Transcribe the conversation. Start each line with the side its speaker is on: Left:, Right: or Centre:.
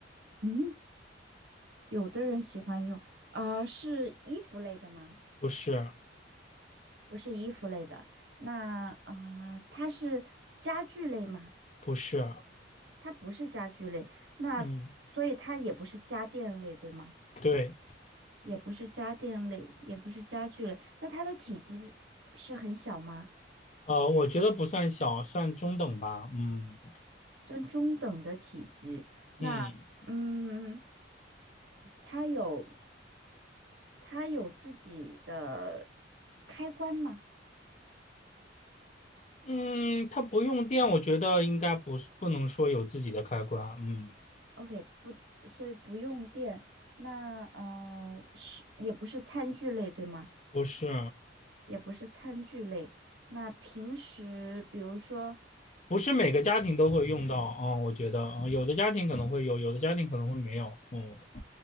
Right: 嗯，有的人喜欢用啊、是衣服类的吗？
Left: 不是
Right: 不是衣服类的。那啊、呃它是家具类吗？
Left: 不是，
Right: 它不是家具类，那所以它也不是家电类，
Left: 嗯
Right: 对吗？
Left: 对，
Right: 也不是家电类，也不是家具类。那它的体积是很小吗？
Left: 呃，我觉得不算小，算中等吧，嗯
Right: 算中等的体积。那嗯，
Left: 嗯
Right: 它有。它有自己的开关吗
Left: 嗯，它不用电，我觉得应该不是不能说有自己的开关，嗯，
Right: ？OK，不，所以不用电。那呃，是也不是餐具类，对吗？
Left: 不是，
Right: 也不是餐具类。那平时比如说
Left: 不是每个家庭都会用到啊、嗯我觉得啊、嗯有的家庭可能会有，有的家庭可能会没有。嗯，